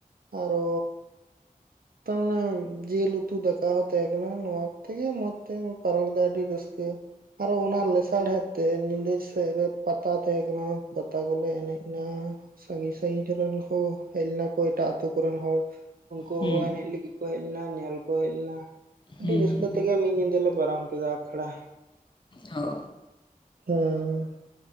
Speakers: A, on the right; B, on the left.
A: ᱟᱨᱚ ᱛᱟᱨᱮ ᱡᱤᱞ ᱩᱛᱩ ᱫᱟᱠᱟ ᱦᱚᱸ ᱛᱟᱦᱮᱸ ᱠᱟᱱᱟ ᱱᱚᱣᱟ ᱠᱚᱛᱮᱜ ᱜᱮ ᱢᱚᱸᱡᱽ ᱛᱮ ᱯᱟᱨᱚᱢ ᱠᱮᱫᱟ ᱟᱹᱰᱤ ᱨᱟᱹᱥᱠᱟᱹ ᱟᱨᱦᱚ ᱚᱱᱟ ᱞᱮᱥᱟᱲᱦᱮᱫ ᱛᱮ ᱧᱤᱫᱟᱹ ᱥᱮᱫ ᱨᱮ ᱯᱟᱛᱟ ᱛᱟᱦᱮᱸ ᱠᱟᱱᱟ ᱯᱟᱛᱟ ᱠᱚᱞᱮ ᱮᱱᱮᱡ ᱮᱱᱟ ᱥᱟᱺᱜᱤᱧ ᱥᱟᱺᱜᱤᱧᱨᱮ ᱨᱮᱱ ᱦᱚᱸ ᱦᱮᱡ ᱞᱮᱱᱟ ᱠᱚ ᱮᱴᱟᱜᱛᱳ ᱠᱚᱨᱮᱱ ᱦᱚᱲ ᱩᱱᱠᱩ
B: ᱦᱩᱸ
A: ᱦᱚᱸ ᱮᱱᱮᱡ ᱞᱟᱹᱜᱤᱫ ᱠᱚ ᱦᱮᱡ ᱞᱮᱱᱟ ᱧᱮᱞ ᱠᱚ ᱦᱮᱡ ᱞᱮᱱᱟ ᱟᱹᱰᱤ
B: ᱦᱩᱸ
A: ᱨᱟᱹᱥᱠᱟᱹ
B: ᱦᱩᱸ
A: ᱛᱮᱜᱮ ᱢᱤᱫ ᱧᱤᱫᱟᱹ ᱞᱮ ᱯᱟᱨᱚᱢ ᱠᱮᱫᱟ ᱟᱠᱷᱲᱟ
B: ᱦ
A: ᱦᱮᱸ